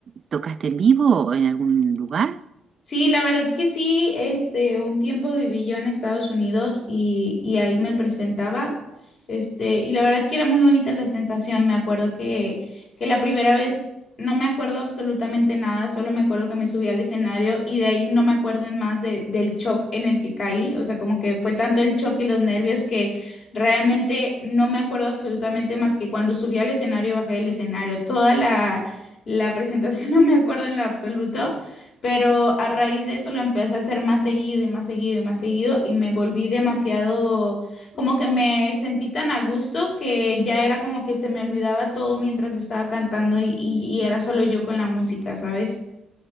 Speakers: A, on the right (about 45°); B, on the left (about 60°).
A: tocaste en vivo o en algún lugar?
B: Sí, la verdad que sí, este, un tiempo viví yo en Estados Unidos y, y ahí me presentaba, este, y la verdad que era muy bonita la sensación, me acuerdo que, que la primera vez no me acuerdo absolutamente nada, solo me acuerdo que me subí al escenario y de ahí no me acuerdo en más de- del shock en el que caí, o sea, como que fue tanto el shock y los nervios que realmente no me acuerdo absolutamente más que cuando subí al escenario y bajé del escenario, toda la... La presentación <laughs> no me acuerdo en lo absoluto. Pero a raíz de eso lo empecé a hacer más seguido y más seguido y más seguido y me volví demasiado, como que me sentí tan a gusto que ya era como que se me olvidaba todo mientras estaba cantando y, y- y era solo yo con la música, ¿sabes?